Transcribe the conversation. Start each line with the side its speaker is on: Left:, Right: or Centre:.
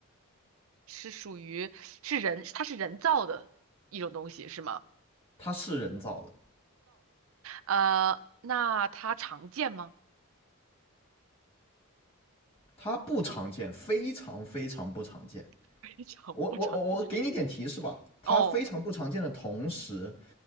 Right: 是属于是人，它是人造的一种东西，是吗？
Left: 它是人造的，
Right: 呃，那它常见吗？
Left: 它不常见，非常非常不常见。
Right: <laughs> 非常不常见。
Left: 我我我我给你点提示吧，它非常不常见的同时，
Right: 哦，